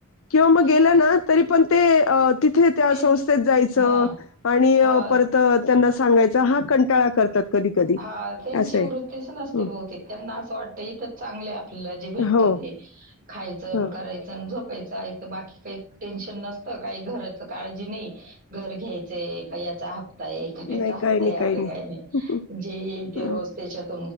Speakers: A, on the left; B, on the right.
A: किंवा मग गेलं
B: पण
A: ना तरी पण ते तिथे त्या
B: त्यां
A: संस्थेत जायचं
B: हां,
A: आणि
B: हां,
A: परत त्यांना सांगायचा हा कंटाळा करतात. कधी-कधी.
B: हा त्यांची
A: असं
B: वृत्तीच
A: आहे.
B: नसते
A: हं.
B: बहुतेक त्यांना असं वाटत इथंच चांगलंय आपल्या भेटत
A: हो,
B: ते खायच आणि
A: हो.
B: करायचं ते झोपायचं आईत बाकी काही टेन्शन नसतं काही घराचं काळजी नाही घर घ्यायचं. याचा हप्ता आहे की त्यांचा
A: नाही
B: हप्ताय
A: काही नाही,
B: असं
A: नाही.
B: काही नाही
A: हं.
B: जे येईल ते
A: हं.
B: रोज त्याच्यात.